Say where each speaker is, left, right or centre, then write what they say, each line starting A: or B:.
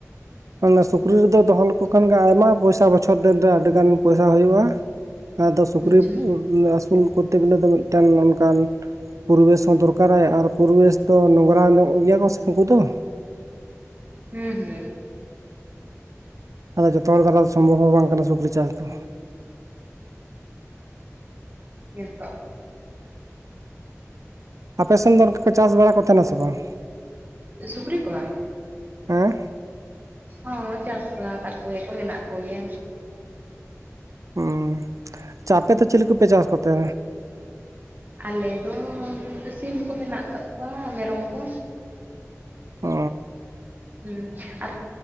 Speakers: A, on the right; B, on the right.
A: ᱟᱱ ᱥᱩᱠᱨᱤ ᱨᱮᱫᱚ ᱫᱚᱦᱚ ᱞᱮᱠᱚ ᱠᱷᱟᱱ ᱜᱮ ᱟᱭᱢᱟ ᱯᱚᱭᱥᱟ ᱵᱟ ᱵᱚᱪᱷᱚᱨ ᱫᱤᱱ ᱨᱮ ᱟᱹᱰᱤ ᱜᱟᱱ ᱯᱚᱭᱥᱟ ᱦᱩᱭᱩᱜᱼᱟ᱾ ᱟᱫᱚ ᱥᱩᱠᱨᱤ
B: ᱟᱪᱪᱷᱟ
A: ᱟᱹᱥᱩᱞ ᱠᱚ ᱛᱮᱜᱞᱮ ᱫᱚ ᱢᱤᱫᱴᱮᱱ ᱚᱱᱠᱟᱱ ᱯᱚᱨᱤᱵᱮᱥ ᱦᱚᱸ ᱫᱚᱨᱠᱟᱨᱟᱭ ᱟᱨ ᱯᱚᱨᱤᱵᱮᱥ ᱫᱚ ᱱᱚᱝᱨᱟ ᱧᱚᱜ ᱜᱮᱭᱟ ᱠᱚ ᱥᱮ ᱩᱱᱠᱩ ᱫᱚ
B: ᱦᱩᱸ ᱦᱩᱸ
A: ᱟᱫᱚ ᱡᱚᱛᱚ ᱦᱚᱲ ᱫᱚ ᱥᱚᱢᱵᱷᱚᱵ ᱦᱚᱸ ᱵᱟᱝ ᱠᱟᱱᱟ ᱥᱩᱠᱨᱤ ᱪᱟᱥ ᱫᱚ᱾
B: ᱦᱮ ᱛᱚ
A: ᱟᱯᱮ ᱥᱮᱱ ᱫᱚ ᱚᱱᱠᱟ ᱠᱚ ᱪᱟᱥ ᱵᱟᱲᱟ ᱠᱚ ᱛᱟᱦᱮᱱᱟ ᱥᱮ ᱵᱟᱝ?
B: ᱥᱩᱠᱨᱤ ᱠᱚᱣᱟ᱾
A: ᱦᱮᱸ
B: ᱦᱚᱸ ᱪᱟᱥ ᱵᱟᱲᱟ ᱟᱠᱟᱫ ᱠᱚᱜᱮ ᱠᱚ ᱢᱮᱱᱟᱜ ᱠᱚᱜᱮᱭᱟ᱾
A: ᱦᱩᱸ, ᱟᱪᱪᱷᱟ ᱟᱯᱮ ᱫᱚ ᱪᱮᱞᱤ ᱠᱚᱯᱮ ᱪᱟᱥ ᱠᱚᱛᱮ?
B: ᱟᱞᱮ ᱫᱚ ᱥᱤᱢ ᱠᱚ ᱢᱮᱱᱟᱜ ᱟᱠᱟᱫ ᱠᱚᱣᱟ ᱢᱮᱨᱚᱢ ᱠᱚ᱾
A: ᱚ
B: ᱦᱮᱸ ᱟᱨ